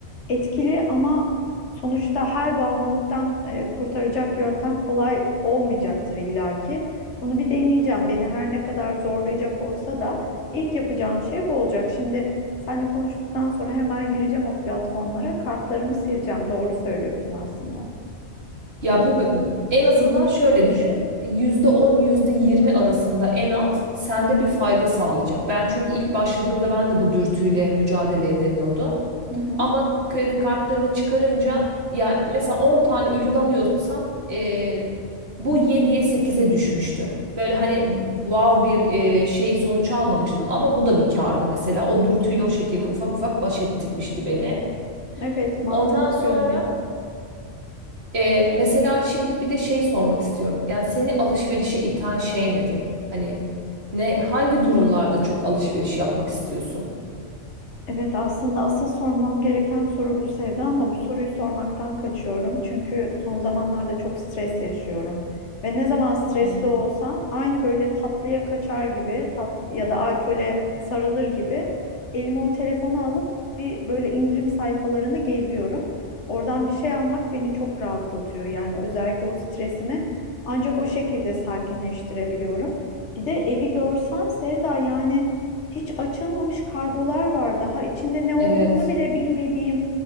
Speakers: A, on the left; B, on the right.
A: etkili ama sonuçta her bağımlılıktan e, kurtaracak yöntem kolay olmayacaktır illaki. Bunu bir deneyeceğim. Beni her ne kadar zorlayacak olsa da ilk yapacağım şey bu olacak. Şimdi seninle konuştuktan sonra hemen gireceğim o platformlara. Kartlarımı sileceğim. Doğru söylüyorsun aslında.
B: Ya bu b- en azından şöyle düşün. E, yüzde on yüzde yirmi arasında en az sende bir fayda sağlayacak. Ben çünkü ilk başladığımda ben de bu dürtüyle mücadele edemiyordum.
A: Hı hı.
B: Ama kredi kartlarını çıkarınca ya mesela 10 tane ürün alıyorsam eee, bu yediye sekize düşmüştü. Böyle hani wow bir eee, şey sonuç almamıştım ama bu da bir kârdı mesela. O dürtüyle o şekilde ufak ufak baş ettirmişti beni.
A: Evet, mantıklı
B: Ondan sonra
A: görünüyor.
B: ee, mesela şimdi bir de şey sormak istiyorum. Yani seni alışverişe iten şey nedir? Hani ne hangi durumlarda çok alışveriş yapmak istiyorsun?
A: Evet aslında asıl sormam gereken soru bu Sevda ama bu soruyu sormaktan kaçıyorum. Çünkü son zamanlarda çok stres yaşıyorum. Ve ne zaman stresli
B: Hı.
A: olsam aynı böyle tatlıya kaçar gibi tat ya da alkole sarılır gibi elime o telefonu alıp bir böyle indirim sayfalarını geziyorum. Oradan bir şey almak beni çok rahatlatıyor. Yani özellikle o stresimi ancak o şekilde sakinleştirebiliyorum. Bir de evi görsen Sevda yani hiç açılmamış kargolar var. Daha içinde ne olduğunu
B: Evet.
A: bile bilmediğim,